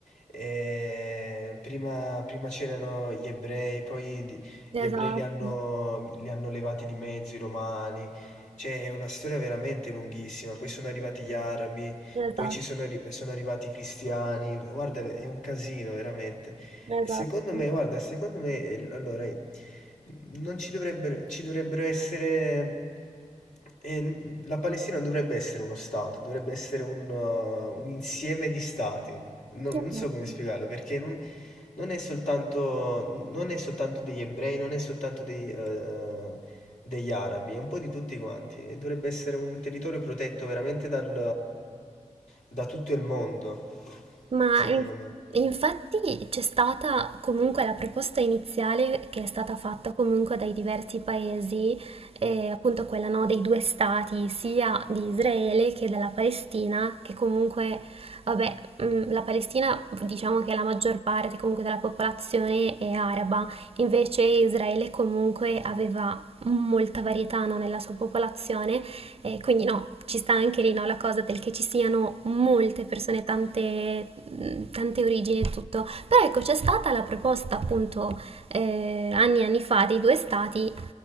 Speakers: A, on the left (about 80°); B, on the right (about 50°).
A: Eh, prima, prima c'erano gli ebrei, poi di-
B: Esatto,
A: gli ebrei li hanno, li hanno levati di mezzo i romani. Cioè, è una storia veramente lunghissima. Poi sono arrivati gli arabi.
B: esatto,
A: Poi ci sono, arri- sono arrivati i cristiani, guarda, è un casino veramente.
B: esatto,
A: E secondo me, guarda, secondo me, eh, allora, eh, non ci dovrebbero, ci dovrebbero essere, eh, la Palestina non dovrebbe essere uno Stato, dovrebbe essere un, uh, un insieme di Stati. No-
B: sì,
A: Non,
B: esatto.
A: so come spiegarlo perché non, non è soltanto, non è soltanto degli ebrei, non è soltanto dei, eh, degli arabi, è un po' di tutti quanti e dovrebbe essere un territorio protetto veramente dal, da tutto il mondo,
B: Ma
A: secondo
B: in-
A: me.
B: infatti c'è stata comunque la proposta iniziale che è stata fatta comunque dai diversi paesi, eh, appunto quella no, dei due stati, sia di Israele che della Palestina, che comunque, vabbè, mm, la Palestina diciamo che la maggior parte comunque della popolazione è araba, invece Israele comunque aveva molta varietà no, nella sua popolazione eh, quindi no, ci sta anche lì no, la cosa del che ci siano molte persone, tante, mm, tante origini e tutto. Però ecco, c'è stata la proposta appunto eh, anni e anni fa dei due stati.